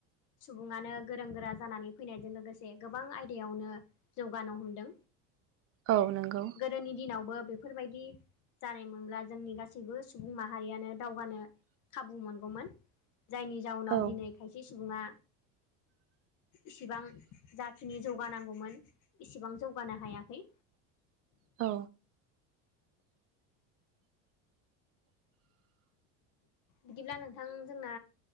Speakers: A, on the left; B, on the right.
A: सुबुङानो गोरों गोरा जानानै फैनायजों लोगोसे गोबां आयदायावनो जौगानो हमदों
B: औ नोंगौ।
A: गोदोनि दिनावबो बेफोरबायदि जानायमोनब्ला जोंनि गासैबो सुबुं माहारियानो दावगानो खाबु मोनगौमोन जायनि जाउनाव
B: औ
A: दिनै खायसे सुबुङा इसिबां जाखिनि जौगानांगौमोन इसिबां जौगानो हायाखै।
B: औ
A: बिदिब्ला नोंथां जोंना